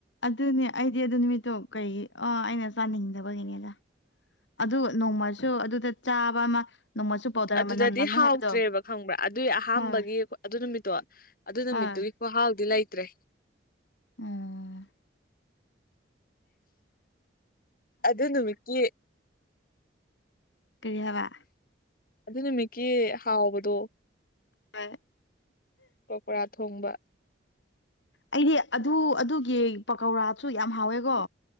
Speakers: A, on the left; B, on the left.
A: ꯑꯗꯨꯅꯦ ꯑꯩꯗꯤ ꯑꯗꯨ ꯅꯨꯃꯤꯠꯇꯣ ꯀꯩ ꯑꯩꯅ ꯆꯥꯅꯤꯡꯗꯕꯒꯤꯅꯦꯗ ꯑꯗꯨ ꯅꯣꯡꯃꯁꯨ ꯑꯗꯨꯗ ꯆꯥꯕ ꯑꯃ ꯅꯣꯡꯃꯁꯨ ꯄꯥꯎꯗꯔ
B: ꯑꯗꯨꯗꯗꯤ
A: ꯃꯅꯝ ꯅꯝꯃꯦ
B: ꯍꯥꯎꯇ꯭ꯔꯦꯕ
A: ꯍꯥꯏꯕꯗꯣ
B: ꯈꯪꯕ꯭ꯔꯥ ꯑꯗꯨꯏ ꯑꯍꯥꯥꯟꯕꯒꯤ
A: ꯍꯣꯏ
B: ꯑꯗꯨ ꯅꯨꯃꯤꯠꯇꯣ ꯑꯗꯨ ꯅꯨ
A: ꯍꯣꯏ
B: ꯅꯨꯃꯤꯠꯇꯨꯒꯤ ꯃꯍꯥꯎꯗꯨꯗꯤ ꯂꯩꯇ꯭ꯔꯦ
A: ꯎꯝ
B: ꯑꯗꯨ ꯅꯨꯃꯤꯠꯀꯤ
A: ꯀꯔꯤ ꯍꯥꯏꯕ
B: ꯑꯗꯨ ꯅꯨꯃꯤꯠꯀꯤ ꯍꯥꯎꯕꯗꯣ
A: ꯍꯣꯏ
B: ꯄꯀꯥꯎꯔꯥ ꯊꯣꯡꯕ
A: ꯑꯩꯗꯤ ꯑꯗꯨ ꯑꯗꯨꯒꯤ ꯄꯀꯧꯔꯥꯁꯨ ꯌꯥꯝ ꯍꯥꯎꯋꯦꯀꯣ